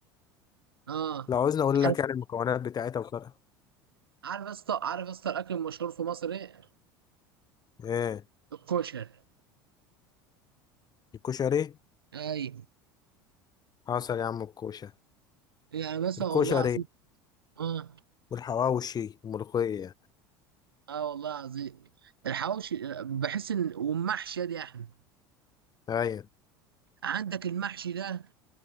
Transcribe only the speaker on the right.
آه
عارف
عارف يا اسطى عارف يا اسطى الأكل المشهور في مصر إيه؟
الكشري
أي
يعني مثلا
والله العظيم آه
آه والله العظيم الحواوشي بحس إن والمحشي يا دي يا أحمد
عندك المحشي ده